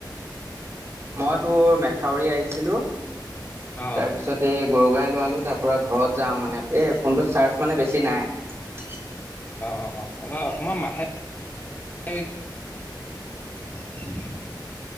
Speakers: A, on the right (about 35°); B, on the left (about 25°).
A: মই তোৰ মেথাউৰি আহিছিলো।
B: অ',
A: তাৰ পিছত এই গৰু গাই লোৱালো তাৰ পৰা ঘৰত যাওঁ মানে এই ফোনটো চাৰ্জ মানে বেছি নাই
B: অ অঁ মমাৰ মাথাই উ